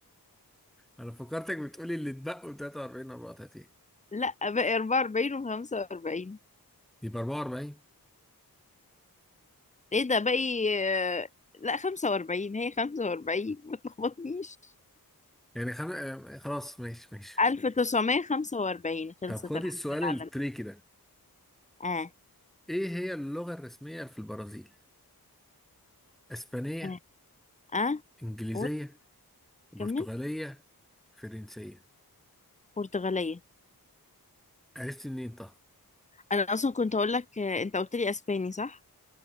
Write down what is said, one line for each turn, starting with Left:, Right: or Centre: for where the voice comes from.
Centre: انا فكرتك بتقولي اللي اتبقوا 43 34
Left: لا باقي 44 و45
Centre: يبقى 44
Left: ايه ده باقي آه، لا 45 هي 45 ما تلخبطنيش
Centre: يعني خم... آه، خلاص ماشي ماشي
Left: 1945 خلصت
Centre: طب خدي
Left: الحرب
Centre: السؤال
Left: العالمية
Centre: التريكي ده
Left: اه
Centre: ايه هي اللغة الرسمية في البرازيل اسبانية
Left: اه اه
Centre: انجليزية
Left: قول
Centre: برتغالية
Left: كمل
Centre: فرنسية
Left: برتغالية
Centre: عرفت منين طب
Left: انا اصلا كنت اقول لك آه، انت قلت لي اسباني صح